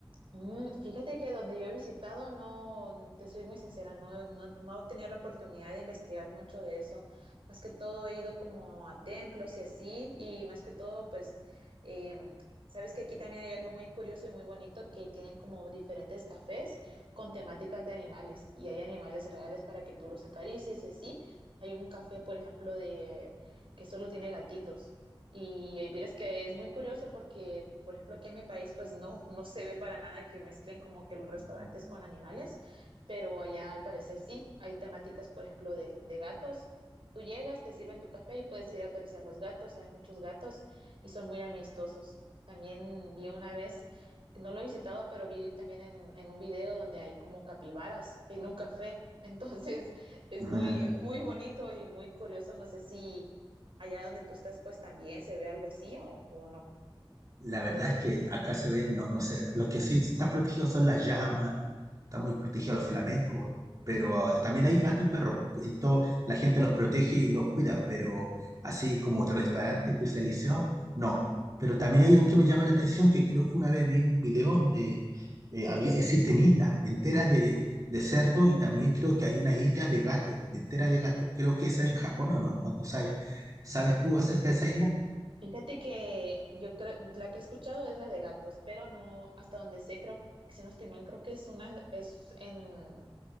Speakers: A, on the right (about 70°); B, on the right (about 40°).
A: Mm, fíjate que donde yo he visitado, no, te soy muy sincera, no, no, no he tenido la oportunidad de investigar mucho de eso. Más que todo he ido como a templos y así, y más que todo, pues, em, sabes que aquí también hay algo muy curioso y muy bonito que tienen como diferentes cafés con temáticas de animales, y hay animales reales para que tú los acaricies y así. Hay un café, por ejemplo, de que solo tiene gatitos. Y ahí vieras que es muy curioso porque, por ejemplo, aquí en mi país, pues no, no se ve para nada que mezclen como que los restaurantes
B: Mm,
A: con animales, pero allá al parecer sí, hay temáticas, por ejemplo, de, de gatos. Tú llegas, te sirven tu café y puedes ir a acariciar los gatos, hay muchos gatos y son muy amistosos. También vi una vez, no lo he visitado, pero vi también en, en un video donde hay como capibaras en un café. <laughs> Entonces es
B: mm.
A: muy,
B: <laughs>
A: muy bonito y muy curioso. No sé si allá donde tú estás, pues también se ve algo así o, o no.
B: La verdad es que acá se ven, no, no sé, lo que sí está protegido son las llamas, está muy protegido los flamencos, pero eh, también hay gato y perro, pues, y todo, la gente los protege y los cuida, pero así como otro restaurante especializado, no. Pero también hay algo que me llama la atención, que creo que una vez vi un video donde eh, había, existen islas enteras de, de cerdo y también creo que hay una isla de gato, de entera de gato. Creo que esa es en Japón o no, no, no sabes. ¿Sabes
A: Mm.
B: tú acerca de esa isla?
A: Fíjate que yo creo, la que he escuchado es la de gatos, pero no, hasta donde sé, creo, si no estoy mal, creo que es una, es en